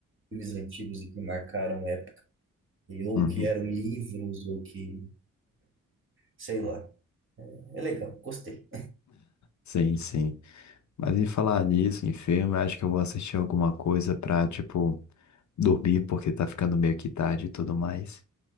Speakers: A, on the right; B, on the left.
A: filmes antigos e que marcaram e- ou
B: uhum.
A: que eram livros, ou que, sei lá. É legal, gostei.
B: Sim, sim. Mas em falar nisso, em filme, acho que eu vou assistir alguma coisa pra, tipo, dormir, porque tá ficando meio que tarde e tudo mais.